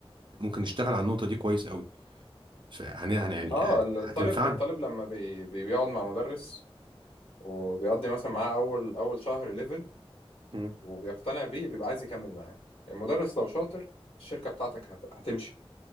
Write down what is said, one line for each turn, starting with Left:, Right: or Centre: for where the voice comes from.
Right: ممكن نشتغل على النقطة دي كويس قوي فهن يعني يعني
Left: اه
Right: هت...
Left: الطالب
Right: هتنفعنا
Left: الطالب لما بي بي- بيقعد مع مدرس وبيقضي مثلا معاه اول اول شهر ليفل
Right: مم.
Left: وبيقتنع بيه بيبقى عايز يكمل معاه المدرس لو شاطر الشركة بتاعتك هت- هتمشي